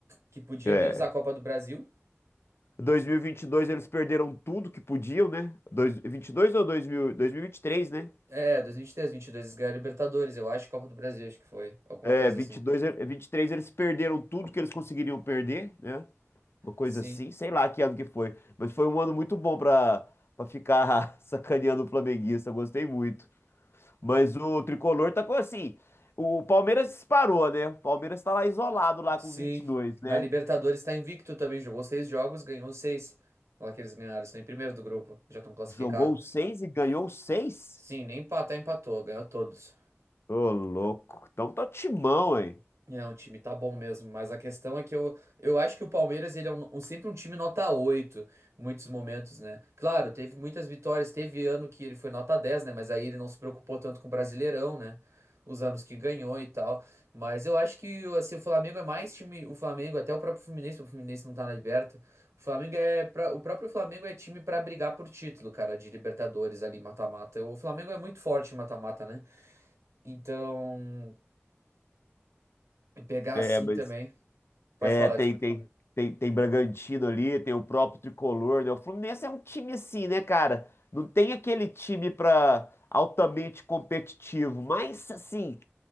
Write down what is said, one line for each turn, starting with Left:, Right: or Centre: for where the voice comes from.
Right: Que podia,
Left: É.
Right: menos a Copa do Brasil.
Left: 2022 eles perderam tudo que podiam, né? Dois- 22 ou 2000, 2023, né?
Right: É, 2023, 2022 eles ganharam a Libertadores, eu acho, Copa do Brasil, acho que foi. Alguma
Left: É,
Right: coisa
Left: 22,
Right: assim.
Left: e- 23 eles perderam tudo que eles conseguiriam perder, né? Uma coisa
Right: Sim.
Left: assim, sei lá que ano que foi, mas foi um ano muito bom pra para ficar <laughs> sacaneando o flamenguista, gostei muito. Mas o tricolor tá com assim, o Palmeiras disparou, né? O Palmeiras tá lá isolado lá
Right: Sim,
Left: com 22,
Right: na
Left: né?
Right: Libertadores está invicto também, jogou seis jogos, ganhou seis. Lá que eles ganharam, estão em primeiro do grupo, já estão classificados.
Left: Jogou seis e ganhou seis?
Right: Sim, nem empatar, empatou, ganhou todos.
Left: Ô, louco. Então tá timão, hein?
Right: É, um time tá bom mesmo, mas a questão é que eu, eu acho que o Palmeiras ele é um- um- sempre um time nota 8 em muitos momentos, né? Claro, teve muitas vitórias, teve ano que ele foi nota dez né? Mas aí ele não se preocupou tanto com o Brasileirão, né? Os anos que ganhou e tal. Mas eu acho que assim, o Flamengo é mais time, o Flamengo, até o próprio Fluminense, o Fluminense não tá na Liberta. O Flamengo é pra, o próprio Flamengo é time pra brigar por título, cara, de Libertadores ali, mata-mata. O Flamengo é muito forte em mata-mata, né? Então, pegar
Left: É,
Right: assim
Left: mas
Right: também. Pode
Left: É,
Right: falar,
Left: tem,
Right: desculpa.
Left: tem, tem, tem Bragantino ali, tem o próprio Tricolor, né? O Fluminense é um time assim, né, cara? Não tem aquele time pra altamente competitivo, mas assim,